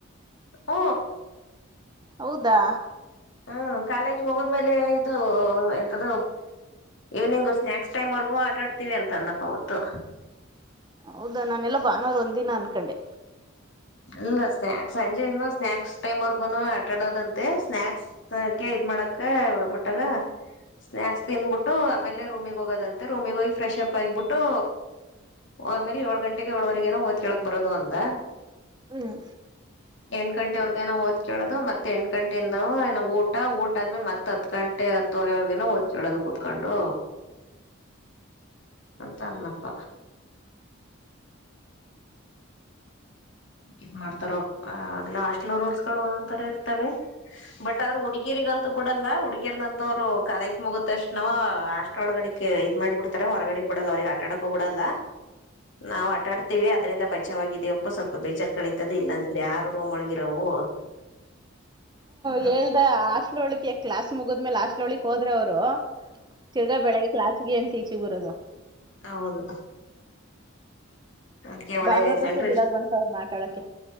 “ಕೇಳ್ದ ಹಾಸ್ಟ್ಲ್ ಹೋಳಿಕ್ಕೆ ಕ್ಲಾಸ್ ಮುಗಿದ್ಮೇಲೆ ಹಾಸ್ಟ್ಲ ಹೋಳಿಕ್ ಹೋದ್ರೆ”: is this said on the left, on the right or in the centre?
Right